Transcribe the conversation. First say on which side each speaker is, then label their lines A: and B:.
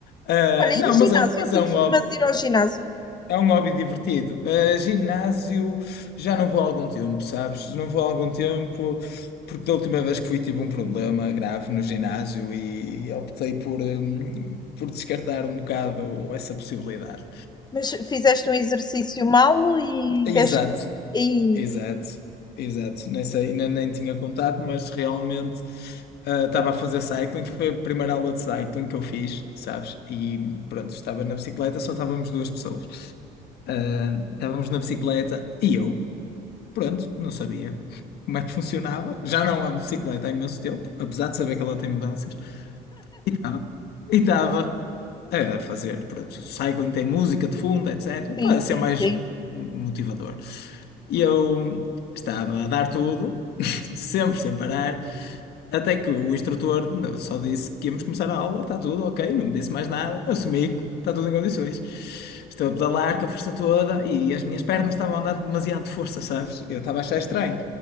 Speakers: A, on the left; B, on the left.
A: Ah,
B: Olha, e
A: não, mas
B: ginásio?
A: é, mas
B: Tu
A: é
B: costumas
A: um hobby,
B: ir ao ginásio,
A: é um hobby divertido. Ah, ginásio, já não vou há algum tempo, sabes? Não vou há algum tempo, porque da última vez que fui tive um problema grave no ginásio e optei por, hum, por descartar um bocado essa possibilidade.
B: mas fizeste um exercício mal e
A: Exato.
B: deste. E...
A: Exato, exato. Nem sei, ainda nem tinha contato, mas realmente ah, estava a fazer cycling. Foi a primeira aula de cycling que eu fiz, sabes? E pronto, estava na bicicleta, só estávamos duas pessoas. Ah, estávamos na bicicleta e eu, pronto, não sabia <laughs> como é que funcionava. Já não ando de bicicleta há imenso tempo, apesar de saber que ela tem mudanças. Ah, E estava eh, a fazer, pronto, cycling tem música de fundo, etc,
B: Sim,
A: para ser
B: sim,
A: mais
B: sim.
A: motivador. E eu estava a dar tudo, <laughs> sempre sem parar, até que o instrutor só disse que íamos começar a aula, está tudo ok, não me disse mais nada, assumi que está tudo em condições. Estou a pedalar com a força toda e as minhas pernas estavam a andar demasiado de força, sabes? Eu estava a achar estranho.